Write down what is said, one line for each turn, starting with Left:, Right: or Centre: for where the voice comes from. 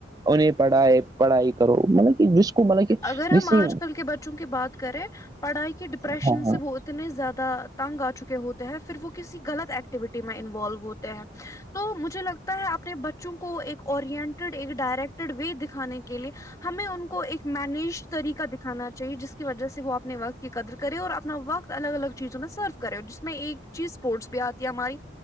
Right: انہیں پڑھائے پڑھائی کرو مطلب کہ جس کو مطلب کہ
Left: اگر
Right: جس
Left: ہم آج
Right: سے
Left: کل کے بچوں کی بات کریں پڑھائی کے ڈپریشن
Right: ہاں
Left: سے بہت اتنے زیادہ تنگ آ چکے ہوتے ہیں پھر وہ کسی غط ایکٹیویٹی میں انوالو ہوتے ہیں تو مجھے لگتا ہے اپنے بچوں کو ایک اورینٹیڈ ایک ڈائریکٹیڈ وے دکھانے کے لیے ہمیں ان کو ایک مینیج طریقہ دکھانا چاہے جس کی وجہ سے وہ اپنے وقت کی قدر کرے اور اپنا وقت الگ الگ چیزوں میں سرف کرے ہو جس میں ایک چیز اسپورٹس بھی آتی ہے ہماری